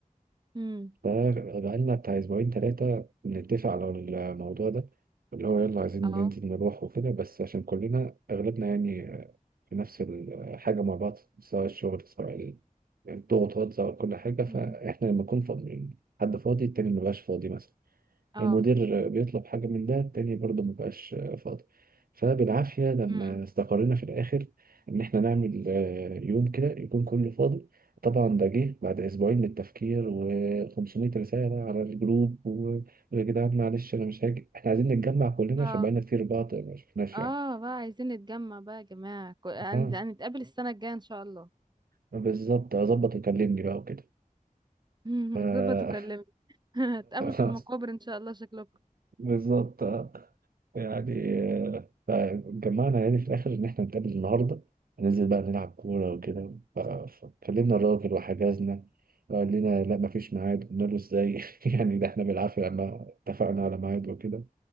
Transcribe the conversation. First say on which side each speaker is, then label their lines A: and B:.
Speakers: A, on the right; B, on the right.
A: امم
B: فبقالنا بتاع اسبوعين ثلاثه بنتفق على الموضوع ده اللي هو يلا عايزين
A: اه
B: ننزل نروح وكده بس عشان كلنا اغلبنا يعني في نفس الحاجه مع بعض سواء الشغل سواء الضغوطات سواء كل حاجه فاحنا
A: امم
B: لما نكون فاضيين حد فاضي التاني مبقاش فاضي مثلا
A: اه
B: المدير بيطلب حاجة من ده التاني برضه مبقاش فاضي فبالعافية لما
A: امم
B: استقرينا في الآخر إن إحنا نعمل آه، يوم كده يكون كله فاضي طبعا ده جه بعد أسبوعين من التفكير و500 رسالة على الجروب و- ويا جدعان معلش أنا مش هاجي إحنا عايزين نتجمع كلنا
A: اه
B: عشان بقالنا كتير بعض ما شفناش
A: اه
B: يعني
A: بقى عايزين نتجمع بقى يا جماعة كو- هن-
B: آه
A: هنتقابل السنة الجاية ان شاء الله
B: بالظبط أظبط وكلمني بقى وكده
A: <laughs>
B: ف-
A: ظبط وكلمني <laughs> هتقابلوا في المقابر
B: <laughs>
A: ان شاء الله شكلكم
B: بالظبط آه. يعني آه، فجمعنا يعني في الآخر إن إحنا نتقابل النهاردة هننزل بقى نلعب كورة وكده ف- فكلمنا الراجل وحجزنا قال لنا لا مفيش ميعاد قلنا له إزاي <laughs> يعني ده إحنا بالعافية لما اتفقنا على ميعاد وكده